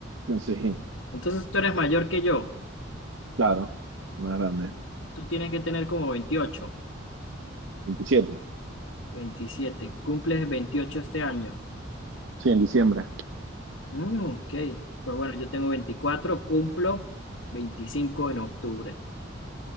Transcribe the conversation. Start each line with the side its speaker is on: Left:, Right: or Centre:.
Right: Sí,
Left: Entonces tú eres mayor que yo.
Right: claro, más grande.
Left: Tú tienes que tener como 28,
Right: 27.
Left: 27. Cumples 28 este año.
Right: Sí, en diciembre.
Left: Mm, ok. Pues bueno, yo tengo 24, cumplo 25 en octubre.